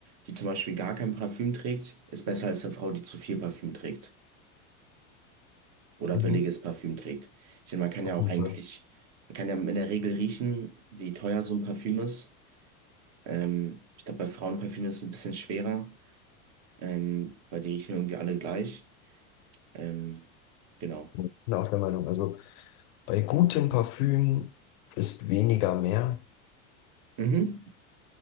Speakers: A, on the right; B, on the left.
A: die zum Beispiel gar kein Parfüm trägt, ist besser als eine Frau, die zu viel Parfüm trägt. oder
B: Mhm.
A: billiges Parfüm trägt. Ich meine, man kann
B: Auf
A: ja auch
B: jeden
A: eigentlich,
B: Fall.
A: man kann ja in der Regel riechen, wie teuer so ein Parfüm ist. Ähm, ich glaube, bei Frauenparfüm ist es ein bisschen schwerer, ähm, weil die riechen irgendwie alle gleich. Ähm, genau.
B: Ich bin auch der Meinung. Also bei gutem Parfüm ist weniger mehr.
A: Mhm.